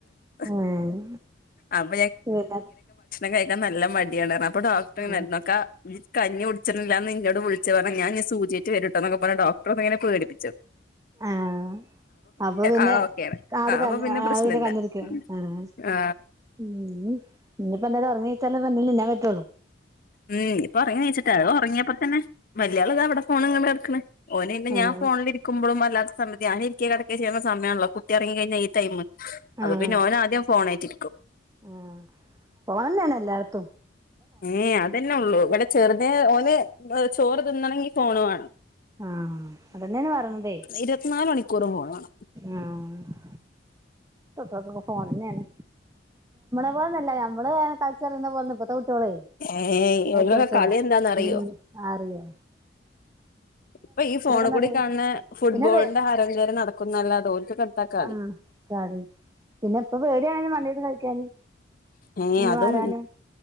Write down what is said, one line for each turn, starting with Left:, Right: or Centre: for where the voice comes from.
Left: <unintelligible> <unintelligible>
Right: ഏഹ്
Left: <unintelligible>
Right: പിന്നെ
Left: കഴിക്കാൻ നല്ല മട്യാണ് അപ്പൊ ഡോക്ടറ്ങ്ങനെ
Right: ഉം
Left: <unintelligible> കഞ്ഞി ഉടിച്ച്ര്ല്ലാന്ന് ഇന്നോട് വിളിച്ച് പറഞ്ഞാ ഞാന്നി സൂചിയാറ്റ് വരുട്ടോന്നൊക്ക പറഞ്ഞ് ഡോക്ടറൊന്നങ്ങനെ പേടിപ്പിച്ച്
Right: ആഹ് അപ്പൊ പിന്നെ
Left: ആ ഓക്കെയാണ്
Right: ആട് ക
Left: അപ്പൊ
Right: ആ
Left: പ്രശ്നല്ല
Right: പിന്നെ കഞ്ഞടിക്ക്ണ്
Left: ഉം
Right: ആഹ്
Left: ആ
Right: ഉം ഇന്നിപ്പോ എന്തായാലും ഒറങ്ങീച്ചാലല്ലേ ന്തേലും തിന്നാംപറ്റുള്ളൂ
Left: ഉം ഇപ്പൊറങ്ങി എണിച്ചിട്ട. തോറങ്ങിയപ്പോ തന്നെ വല്യാള് ദാവിടെ ഫോണും കണ്ട് കെടക്കണ് ഓനെ ഇന്ന് ഞാൻ
Right: ഏഹ്
Left: ഫോണിലിരിക്കുമ്പോഴും അല്ല സമയത്ത് ഞാനിരിക്ക്യേ കെടക്ക്യേ ചെയ്യണ സമയാണല്ലോ കുട്ട്യൊറങ്ങി കഴിഞ്ഞാ ഈ ടൈമ് അപ്പപ്പിന്ന
Right: ആഹ്
Left: ഓനാദ്യം ഫോണായിട്ട്
Right: ആഹ് ഫോണന്നെയാണ് എല്ലാടത്തും
Left: ഏ അതന്നുള്ളൂ ഇവിടെ ചെറുത് ഓന് ചോറ് തിന്നണങ്കി ഫോണുവാണം
Right: ആഹ് അതന്നെയാണ് പറണതേ
Left: ഇരുപത്തിനാല് മണിക്കൂറും ഫോൺ വേണം
Right: ആഹ് <unintelligible> ഫോണന്നെയാണ് പ്പോന്നല്ലേ നമ്മള് കൾച്ചറ്ന്ന് പോന്ന്പ്പത്തെ കുട്ട്യോളേ
Left: ഏയ് ഇവൽക്കൊക്കെ
Right: കായ്ച്ചൊടുക്കൂല
Left: കളി എന്താന്നറിയോ
Right: ഉം അറി <unintelligible>
Left: ഇപ്പൊ ഈ ഫോണി
Right: ഒന്ന്
Left: കൂടി
Right: ഇറങ്ങി
Left: കാണ്ന്ന ഫുട്ബോളിന്റെ
Right: പിന്നെ
Left: ഹരംകേംറി നടക്കുംന്നല്ലാതെ ഓന് ത് കട്ടാക്കാ
Right: ആഹ് കറി പിന്നെ ഇപ്പൊ പേട്യാണ് വണ്ടീന്ന് കഴിക്കാന്
Left: ഏ
Right: നിന്ന്
Left: അതും
Right: വാരാനും